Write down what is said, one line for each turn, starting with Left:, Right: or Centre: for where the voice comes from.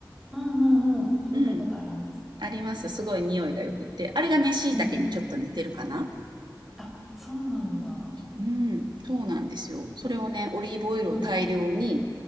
Centre: うんうんうん。聞いたことあります。
Right: うん、あります。すごい匂いがよくって。あれがね、椎茸にちょっと似てるかな。
Centre: うんうん。あ、そうなんだ。
Right: うん、そうなんですよ。それをね、オリーブオイルを大量に、
Centre: うん、